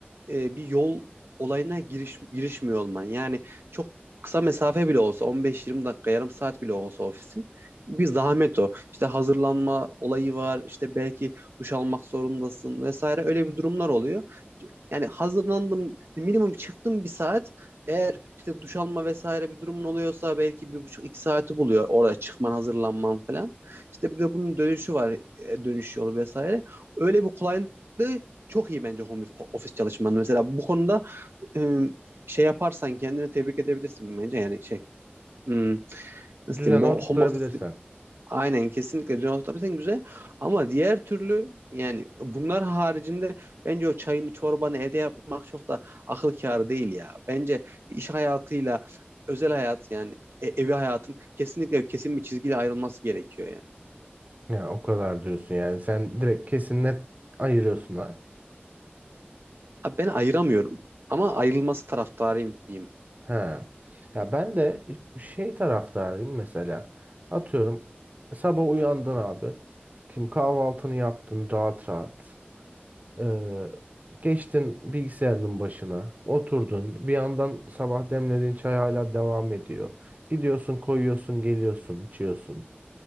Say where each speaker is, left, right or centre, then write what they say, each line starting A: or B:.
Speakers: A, on the right (about 75°); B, on the right (about 40°).
A: e, bir yol olayına giriş, girişmiyor olman. Yani çok kısa mesafe bile olsa 15-20 dakika yarım saat bile olsa ofisin bir zahmet o. İşte hazırlanma olayı var işte belki duş almak zorundasın vesaire öyle bir durumlar oluyor. Yani hazırlandım minimum çıktım bir saat eğer işte duş alma vesaire bir durumun oluyorsa belki bir buçuk iki saati buluyor orada çıkman hazırlanman falan. İşte bir de bunun dönüşü var e, dönüş yolu vesaire. Öyle bir kolaylığı çok iyi bence home office çalışman. Mesela bu konuda e, şey yaparsan kendini tebrik edebilirsin bence. Yani şey hmm, nasıl
B: Düzene
A: diyeyim bu
B: oturtturabilirsen.
A: home office aynen kesinlikle düzen oturtabilirsen güzel. Ama diğer türlü yani bunlar haricinde bence o çayını çorbanı evde yapmak çok da akıl kârı değil ya. Bence iş hayatıyla özel hayat yani e- evi hayatın kesinlikle kesin bir çizgiyle ayrılması gerekiyor ya.
B: Yani o kadar diyorsun yani. Sen direkt kesin net ayırıyorsun ha.
A: Abi ben ayıramıyorum ama ayrılması taraftarıyım diyeyim.
B: He. Ya ben de şey taraftarıyım mesela. Atıyorum sabah uyandın abi. Şimdi kahvaltını yaptın rahat rahat. Ee, geçtin bilgisayarının başına. Oturdun. Bir yandan sabah demlediğin çay hala devam ediyor. Gidiyorsun koyuyorsun geliyorsun içiyorsun.